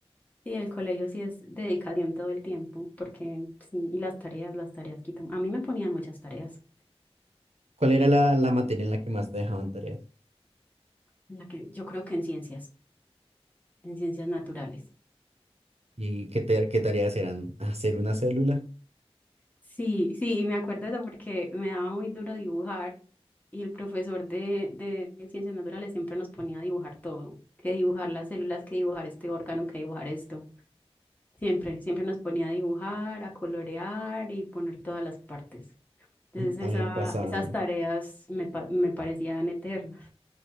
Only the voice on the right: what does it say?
¿Cuál era la, la materia en la que más te dejaban tareas?
¿Y qué, te- qué tareas eran? ¿Hacer una célula?
<laughs>
A mí me pasaba
eh,